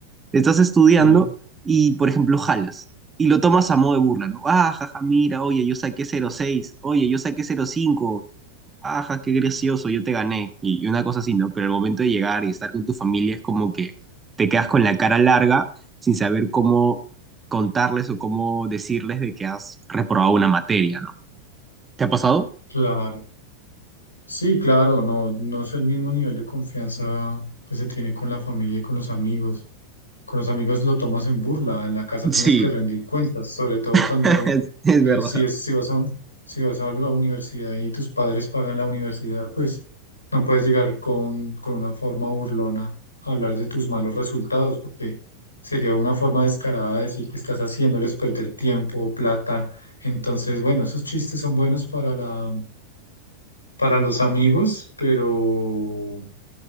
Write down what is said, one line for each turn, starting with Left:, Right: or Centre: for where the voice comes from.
Right: estás estudiando
Left: sí.
Right: y, por ejemplo, jalas y lo tomas a modo de burla, ¿no? Ah, jaja, mira, oye, yo saqué cero coma seis oye, yo saqué cero coma cinco ajá, qué gracioso, yo te gané, y, y una cosa así, ¿no? Pero al momento de llegar y estar con tu familia es como que te quedas con la cara larga sin saber cómo contarles o cómo decirles de que has reprobado una materia, ¿no? ¿Te ha pasado?
Left: Claro, sí, claro, no, no es el mismo nivel de confianza que se tiene con la familia y con los amigos. Con los amigos lo tomas en burla, en la casa tienes
Right: Sí,
Left: que rendir cuentas, sobre todo
Right: <laughs>
Left: cuando
Right: es, es
Left: eh,
Right: verdad.
Left: si es, si vas a, un- si vas a la universidad y tus padres pagan la universidad, pues no puedes llegar con, con una forma burlona a hablar de tus malos resultados, porque sería una forma descarada de decir que estás haciéndoles perder tiempo, plata. Entonces, bueno, esos chistes son buenos para la para los amigos, pero,